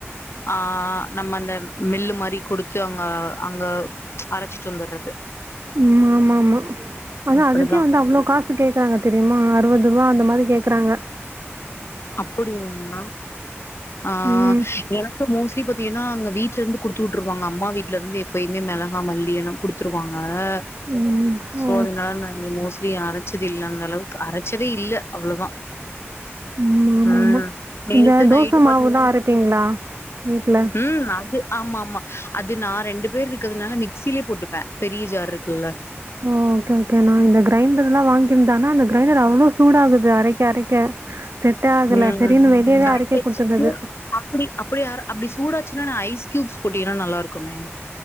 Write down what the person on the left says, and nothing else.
ஆ நம்ம அந்த மில்லு மாரி குடுத்து அங்க அங்க அரச்சிட்டு வந்துரது
இப்டிதா
அப்டியாம்மா ஆ
எனக்கு மோஸ் லி பாத்தீங்கனா அங்க வீட்ல இருந்து குடுத்து உட்ருவாங்க அம்மா வீட்ல இருந்து எப்பயுமே மெளகா மல்லி எல்லா குடுத்துருவாங்க ஆ
சோரினா இங்க மோஸ் லி அரைச்சதில்ல அந்த அளவுக்கு அரைச்சதே இல்ல அவ்ளோதா
ம்
நேத்து
நைட்டு்
பண்ண
ம் அது ஆமா ஆமா அது நா ரெண்டு பேர் இருக்கறதுனால மிக்சிலே போட்டுப்ப பெரிய ஜார் இருக்குல்ல
ம்
கரெக்ட்டு
ஆ அப்டி அப்டி அர அப்டி சூடா சினா ஐஸ் க்யூப்ஸ் போட்டீங்கனா நல்லாருக்குமே